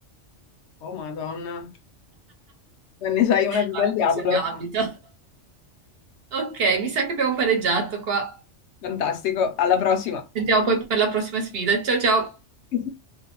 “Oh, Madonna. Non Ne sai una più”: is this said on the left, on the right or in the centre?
Left